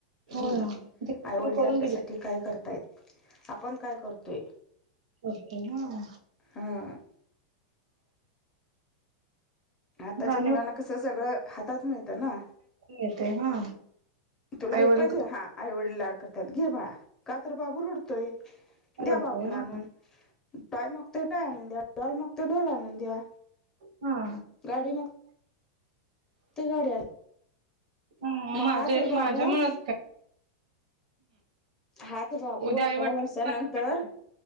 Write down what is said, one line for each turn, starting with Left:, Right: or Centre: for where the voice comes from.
Right: हो
Left: हम्म
Right: ना ते
Left: आई वडील
Right: करून
Left: आपल्यासाठी
Right: दिली
Left: काय करतायत आपण काय करतोय
Right: कररती ह
Left: हां आताच्या
Right: जाणीव
Left: मुलांना कसं सगळ हातात मिळतं ना
Right: येत हा
Left: तुला
Right: आई
Left: हे
Right: वडील
Left: पाहिजे हा आई वडील लाड करतात घे बा का तर बाबू रुडतोय द्या
Right: आवडते
Left: बाबूला
Right: हा
Left: आणून टाय मग तो टाय आणून द्या डल मग तो डोल आणून द्या
Right: हा
Left: गाडी मागतोय गाडी आणून
Right: ह
Left: द्या. मग
Right: माझ्या
Left: हाच बाबू
Right: माझ्या मनात काय
Left: हाच बाबू
Right: उद्या
Left: अठरा
Right: आई वडील
Left: वर्षानंतर